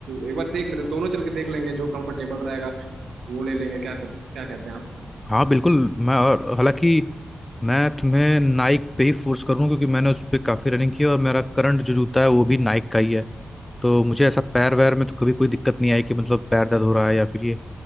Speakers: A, on the right (about 85°); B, on the left (about 15°).
A: एक बार देख लेते हैं दोनों चल के देख लेंगे जो कंफर्टेबल रहेगा वो ले लेंगे क्या कर क्या कहते हैं आप
B: हाँ बिल्कुल मैं और हालांकि मैं तुम्हें नाइक पे ही फोर्स करूँ क्योंकि मैंने उस पर काफ़ी रनिंग की है और मेरा करंट जो जूता है वो भी नाइक का ही है तो मुझे ऐसा पैर वैर में तो कभी कोई दिक्कत नहीं आई कि मतलब पैर दर्द हो रहा है या फिर ये